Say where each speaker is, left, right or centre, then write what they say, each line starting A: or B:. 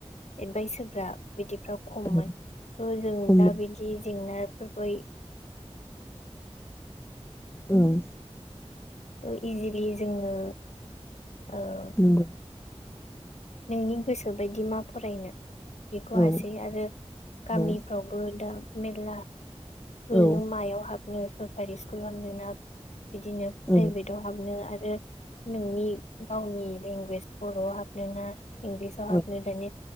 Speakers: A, on the left (about 85°); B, on the left (about 25°).
A: एडभाइस होग्रा बिदिफ्राव खममोन
B: औ
A: थ' जों
B: खुमो
A: दा बिदि जेंनाफोरबो <unintelligible>
B: उम
A: थ इजिलि जोङो ओ
B: नंगौ
A: नोंनि गोसो बायदि मा फरायनो बेखौ
B: औ
A: हासै आरो गामिफ्रावबो
B: औ
A: दा मेरला स्कुल
B: औ
A: नों मायाव हाबनो सरकारि स्कुलाव हाबनोना बिदिनो
B: औ
A: प्राइभेटआव हाबनो आरो नोंनि गावनि लेंगुवेज बर'आव हाबनो ना इंलिसाव
B: औ
A: हाबनो दानि